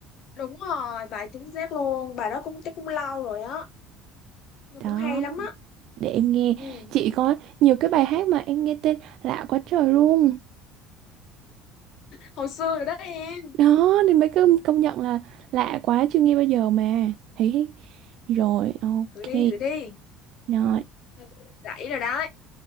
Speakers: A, on the left (about 55°); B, on the right (about 60°).
A: Đúng rồi, bài chính xác luôn. Bài đó cũng chắc cũng lâu rồi á. Nó cũng
B: đó
A: hay lắm á.
B: để em nghe
A: Ừ,
B: chị có nhiều cái bài hát mà em nghe tên lạ quá trời luôn
A: hồi xưa rồi đó em.
B: đó nên mới cứ công nhận là lạ quá chưa nghe bao giờ mà thấy rồi ok
A: Thử đi, thử đi.
B: rồi
A: Hơi dây lưng rẫy rồi đó.